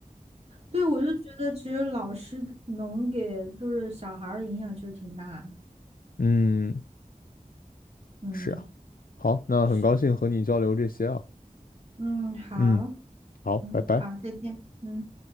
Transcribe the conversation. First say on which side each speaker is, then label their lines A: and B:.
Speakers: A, on the right; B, on the left.
A: 对，我就觉得其实老师能给就是小孩儿的影响其实挺大的。
B: 嗯，
A: 嗯，
B: 是啊。好，那很高兴和你交流这些啊。
A: 是，嗯，好，
B: 嗯，好，拜拜。
A: 嗯，好，再见，嗯。